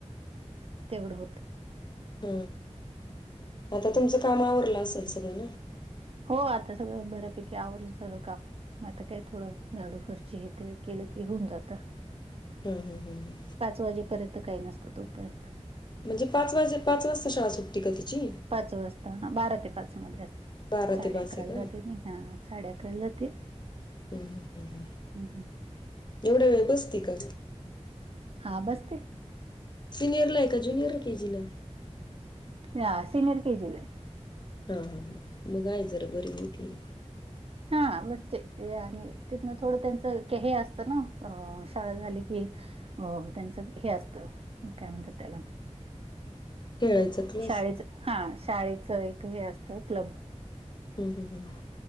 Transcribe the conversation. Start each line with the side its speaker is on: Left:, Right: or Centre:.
Right: तेवढं होतं.
Left: ह आता तुमचं काम आवरलं असेल सगळं न?
Right: हो आता सगळं बऱ्यापैकी आवरलं सगळं काम. म आता काय थोडं झाडू फरशी हे ते केलं की होऊन जात.
Left: हम्म, हम्म, हम्म
Right: वाजेपर्यंत काही नसतं तोपर्यंत.
Left: म्हणजे, पाच वाजे पाच वाजता शाळा सुट्टती का तिची?
Right: पाच वाजता, बारा ते पाचमध्ये असत.
Left: बारा
Right: साडे
Left: ते पाच
Right: अकराला
Left: आहे का हम्म
Right: जाते, म हा साडे अकराला जाते.
Left: हम्म हम्म हम्म
Right: हम, ह
Left: एवढ्या वेळ बसते का?
Right: हा, बस ते.
Left: सिनियरला आहे का जुनियरला केजीला?
Right: या सीनिर के जीला.
Left: हा, हा, ह मगाय जरा बर मोतीठी
Right: हा बसते, ते आणि तिथनं थोडं त्यांचं हे असतं ना शाळा झाली की हो त्यांचं हे असतं, काय म्हणतात त्याला
Left: खेळायचा क्लास
Right: शाळेच हा, शाळेच एक हे असतं क्लब
Left: हम, हम, हम